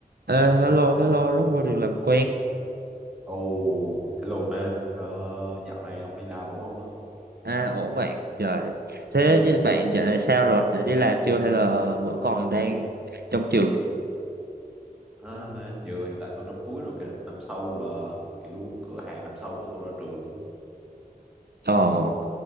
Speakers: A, on the right; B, in the centre.
A: Ờ, hello, hello, rất vui được làm quen.
B: Oh, hello man. Ờ, dạo này ông đi làm ổn không á?
A: À, ổn bạn. Trời, thế với bạn dạo này sao rồi? Đã đi làm chưa hay là vẫn còn đang trong trường?
B: À, giờ hiện tại tôi năm cuối rồi kìa. Năm sau là kiểu cửa hàng năm sau á, tôi ra trường
A: Ồ,